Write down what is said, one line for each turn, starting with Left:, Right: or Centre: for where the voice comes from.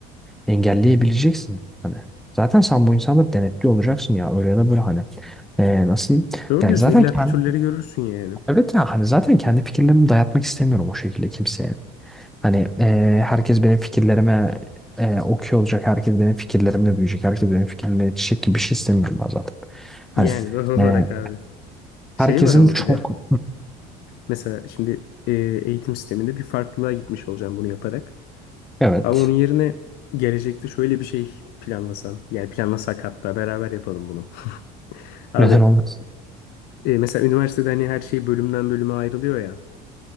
Centre: e, engelleyebileceksin. Hani zaten sen bu insanı denetli olacaksın ya öyle ya da böyle hani E, nasıl diyeyim?
Left: Doğru
Centre: Yani
Left: diyorsun.
Centre: zaten
Left: İlla
Centre: kendi
Left: pütürleri görürsün yani.
Centre: evet ya hani zaten kendi fikirlerimi dayatmak istemiyorum o şekilde kimseye. Hani e, herkes benim fikirlerime e, okuyor olacak, herkes benim fikirlerimle büyüyecek, herkes benim fikirlerimle yetişecek gibi bir şey istemiyorum ben zaten. Hani
Left: Yani doğal olarak
Centre: e,
Left: abi. Şey
Centre: herkesin
Left: var ama
Centre: çok
Left: bir de. Mesela şimdi e, eğitim sisteminde bir farklılığa gitmiş olacağım bunu yaparak.
Centre: evet
Left: Ama onun yerine gelecekte şöyle bir şey planlasan. Yani planlasak hatta beraber yapalım bunu. <laughs> Abi
Centre: neden olmasın
Left: e, mesela üniversitede hani her şey bölümden bölüme ayrılıyor ya.